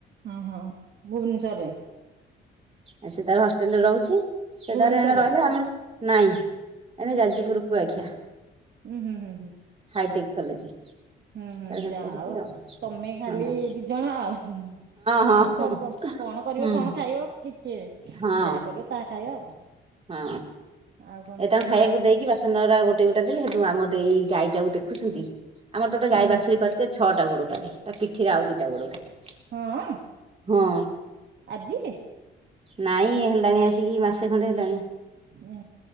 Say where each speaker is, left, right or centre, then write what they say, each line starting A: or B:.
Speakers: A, on the right; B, on the right.
A: ହଁ ହଁ ଭୁବନେଶ୍ୱରରେ।
B: ଆ ସେ ତାର ହଷ୍ଟେଲରେ ରହୁଛି ସେ
A: ଭୁବନେଶ୍ଵରରେ
B: ତାର ଏଣ ରହିଲେ ଆମର ନାଇଁ। ଏ
A: ହୁଁ
B: ଯାଜୀପୁରକୁୁ ଆଖିଆ
A: ହୁଁ ହୁଁ ହୁଁ।
B: Hi tech college.
A: ହୁଁ ହୁଁ
B: ତାର ହେଣେ
A: ଯାହା
B: ପଢୁଛି
A: ଆଉ ତମେ ଖାଲି
B: ହଁ
A: ଦିଜଣ ଆଉ କଣ।
B: ହଁ ହଁ ହଁ
A: କଣ କରିବ
B: ହୁଁ
A: କଣ ଖାଇବ କିଛି
B: ହଁ
A: ଯାହା କରିବ ତାହା ଖାଇବା ଆଉ।
B: ହଁ
A: ଆଉ କଣ
B: ଏତାଙ୍କୁ ଖାଇବାକୁ
A: ଆଉ ହୁଁ
B: ଦେଇକି ବାସ ଧାନ ଉରା ଗୋଟେ ଗୋଟେ ହେଲେ ହେ ଆମ ଏଇ ଗାଈଟାକୁ ଦେଖୁଛନ୍ତି ଆମର ତ ଗୋ ଗଈ
A: ହୁଁ
B: ବାଛୁରୀ କରିଛେ ଯେ ଛଟା ଗୋଡ଼ ତାରି ପିଠିରେ ଆଉ ଦିଟ ଗୋଡ ଭାରି
A: ହଁ
B: ହଁ।
A: ଆଜି
B: ନାଇଁ ହେଲାଣି ଆସିକି ମାସେ ଖଣ୍ଡେ ହେଲାଣି।
A: ଉ